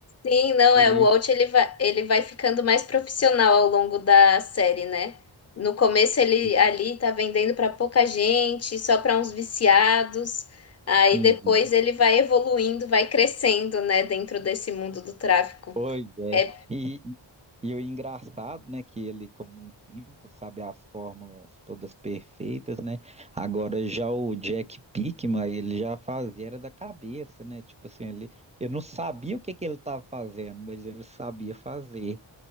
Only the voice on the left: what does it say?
Sim, não,
é,
o Walt ele vai, ele vai ficando mais profissional ao longo da série, né? No começo ele
ali tá vendendo pra pouca gente, só pra uns viciados. Aí
depois ele vai evoluindo, vai crescendo, né, dentro desse mundo do tráfico.
É,